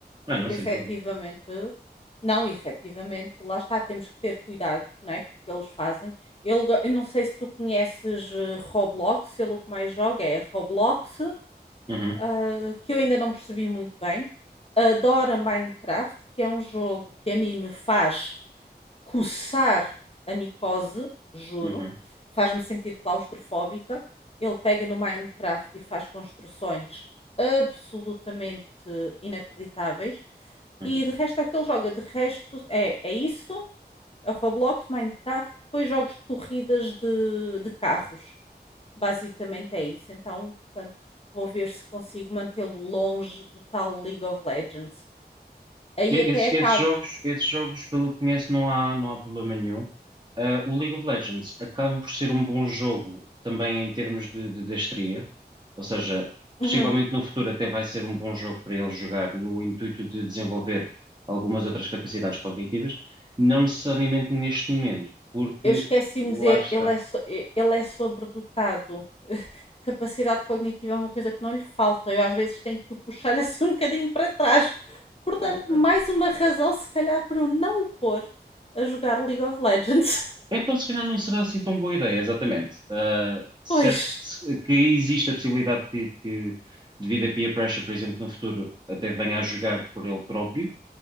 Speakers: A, on the right; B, on the left.
A: Ah,
B: porque
A: não, sem
B: efetivamente,
A: problema.
B: não, efetivamente, lá está, temos que ter cuidado, não é, com o que eles fazem. Eu, eu não sei se tu conheces eh, Roblox, ele o que mais joga é Roblox,
A: Uhum,
B: ah, que eu ainda não percebi muito bem. Adora Minecraft, que é um jogo que a mim me faz coçar a micose, juro,
A: uhum,
B: faz-me sentir claustrofóbica. Ele pega no Minecraft e faz construções absolutamente inacreditáveis.
A: uhum.
B: E de resto é o que ele joga. De resto é, é isso, é o Roblox, Minecraft e depois jogos de corridas de, de carros. Basicamente é isso. Então, portanto, vou ver se consigo mantê-lo longe do tal League of Legends. Aí
A: E-
B: até
A: Esses,
B: acabo.
A: esses jogos, esses jogos, pelo que conheço, não há, não há problema nenhum. Ah, o League of Legends acaba por ser um bom jogo também em termos de, de destreza, ou seja,
B: Uhum.
A: possivelmente no futuro até vai ser um bom jogo para ele jogar no intuito de desenvolver algumas outras capacidades cognitivas, não necessariamente neste momento, porque
B: Eu esqueci-me
A: lá
B: de dizer,
A: está.
B: ele é, so- eh, ele é sobredotado. <laughs> Capacidade cognitiva é uma coisa que não lhe falta. Eu às vezes tenho que o puxar <laughs> assim um bocadinho para trás. Portanto,
A: Ah, ok.
B: mais uma razão, se calhar, para eu não o pôr a jogar League of Legends. <laughs>
A: Então, se calhar não será assim tão boa ideia, exatamente. Ah, certo
B: Pois.
A: que, se- que existe a possibilidade que, que, devido a peer pressure, por exemplo, no futuro, até venha a jogar por ele próprio,